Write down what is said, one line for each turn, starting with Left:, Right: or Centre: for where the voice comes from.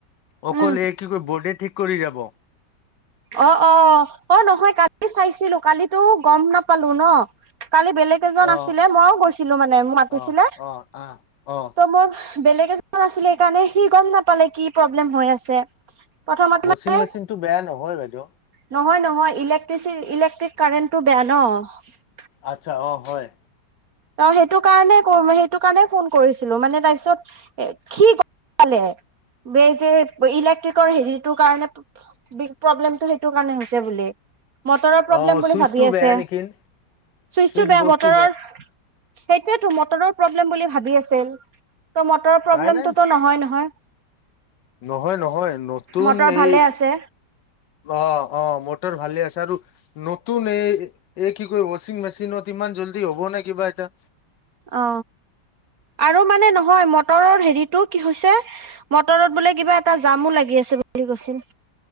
Left: অকলে
Right: উম
Left: কি কয় বডি ঠিক কৰি যাব
Right: অ অ অ নহয় কালি চাইছিলো কালিতো গম নাপালো ন কালি বেলেগ এজন
Left: অ',
Right: আছিলে মইও গৈছিলো মানে মোক মাতিছিলে
Left: অ', অ', আহ, অ',
Right: ত' মই বেলেগ এজন আছিলে সেইকাৰণে সি গম নাপালে কি প্ৰব্লেম হৈ আছে প্ৰথমতে
Left: ৱাচিং
Right: মানে
Left: মেচিনতটো বেয়া নহয় বাইদেউ
Right: নহয় নহয় ইলেক্ট্ৰিচি ইলেক্ট্ৰিক কাৰেণ্টটো বেয়া ন
Left: আটচ্ছা অ হয়।
Right: ত সেইটো কাৰণে সেইটো কাৰণে ফোন কৰিছিলো। মানে তাৰ পিছত সি গম পালে। এই যে ইলেক্ট্ৰিকৰ হেৰিটোৰ কাৰণে প্ৰব্লেম, সেইটো কাৰণে হৈছে বুলি। মটৰৰ প্ৰব্লেম
Left: অ',
Right: বুলি
Left: চুইচটো
Right: ভাবি আছে।
Left: বেয়া নেকি
Right: চুইচটো
Left: চুইচ
Right: বেয়া
Left: বৰ্ডটো
Right: মটৰৰ, সেইটোয়েতো মটৰৰ প্ৰব্লেম বুলি ভাবি আছিল। ত' মটৰৰ প্ৰব্লেমটোতো
Left: নাই নাই
Right: নহয় নহয়।
Left: নহয় নহয় নতুন
Right: মটৰ ভালে
Left: এই,
Right: আছে
Left: অ অ মটৰ ভালে আছে আৰু নতুন এই এই কি কয় ৱাচিং মেচিনত ইমান জল্দি হ'ব নে কিবা এতিয়া?
Right: অ আৰু মানে নহয় ম, মতৰৰ হেৰিতটো কি হৈছে, মটৰত বোলে কিবা এটা জামো লাগি আছে বুলি কৈছিল।